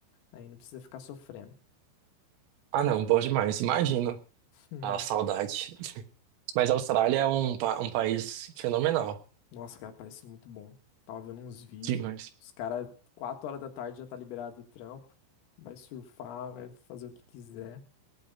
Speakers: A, on the left; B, on the right.
A: Aí não precisa ficar sofrendo.
B: Ah, não, bom demais. Imagino
A: <laughs> Uhum.
B: a saudade. Mas a Austrália é um, pa- um país fenomenal.
A: Nossa, cara, parece muito bom. Tava vendo uns vídeos,
B: Demais.
A: os caras, quatro horas da tarde já tá liberado do trampo, vai surfar, vai fazer o que quiser.